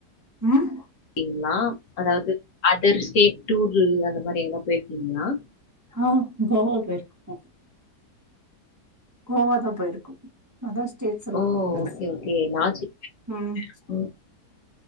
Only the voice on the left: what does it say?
டிங்ளா அதாது அதர் ஸ்டேட் டூரூ அந்த மாரி எல்லா போயிருக்கீங்களா
ஓ!
ஓகே, ஓகே. நான் சி
ம்.